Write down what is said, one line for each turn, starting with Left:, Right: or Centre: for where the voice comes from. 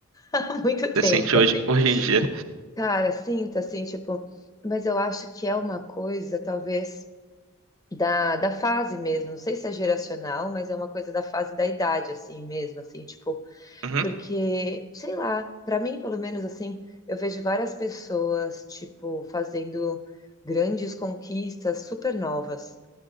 Left: <laughs> há muito tempo,
Right: Você sente hoje,
Left: assim.
Right: <laughs> hoje em dia.
Left: Cara, sinto assim, tipo, mas eu acho que é uma coisa, talvez, da, da fase mesmo. Não sei se é geracional, mas é uma coisa da fase da idade, assim mesmo, assim, tipo,
Right: Uhum,
Left: porque, sei lá, pra mim, pelo menos, assim, eu vejo várias pessoas, tipo, fazendo grandes conquistas super novas.